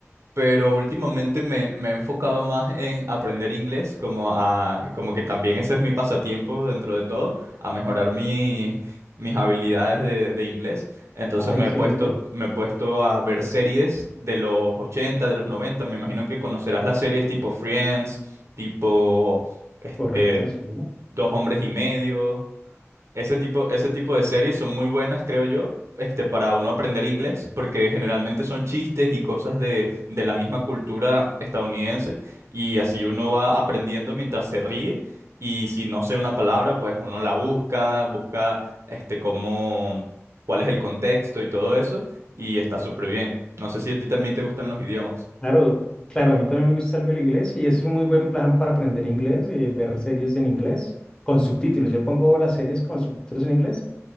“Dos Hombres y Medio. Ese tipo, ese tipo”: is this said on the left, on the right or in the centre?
Right